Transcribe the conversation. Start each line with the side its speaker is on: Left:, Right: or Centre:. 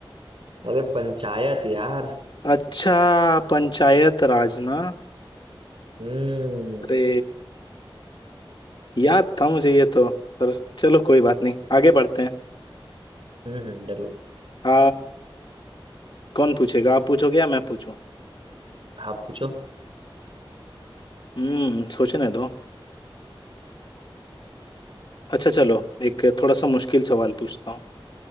Right: अरे पंचायत यार
Left: अच्छा पंचायत राज ना
Right: हम्म
Left: अरे याद था मुझे ये तो पर चलो कोई बात नहीं आगे बढ़ते हैं
Right: हम्म हम्म, जरूर
Left: आ, कौन पूछेगा आप पूछोगे या मैं पूछूं
Right: आप पूछो
Left: हम्म सोचने दो अच्छा चलो एक थोड़ा सा मुश्किल सवाल पूछता हूँ